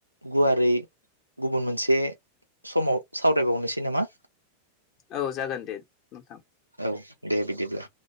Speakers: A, on the right; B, on the left.
A: गुवारै गुबुन मोनसे समाव सावरायबावनोसै नामा
B: औ जागोन दे नोंथां
A: औ दे बिदिब्ला